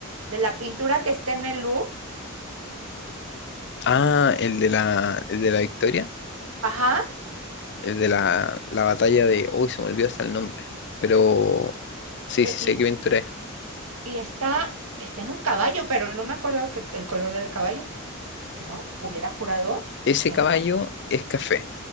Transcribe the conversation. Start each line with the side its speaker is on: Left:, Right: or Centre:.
Right: de la pintura que está en el Louvre.
Left: Ah, el de la, el de la victoria.
Right: Ajá,
Left: El de la, la batalla de. Uy, se me olvidó hasta el nombre. Pero sí,
Right: e-
Left: sí
Right: y,
Left: sé qué pintura es.
Right: y está, está en un caballo, pero no me acuerdo que, el color del caballo. Yo hubiera jurado
Left: Ese
Right: que
Left: caballo
Right: era blanco.
Left: es café.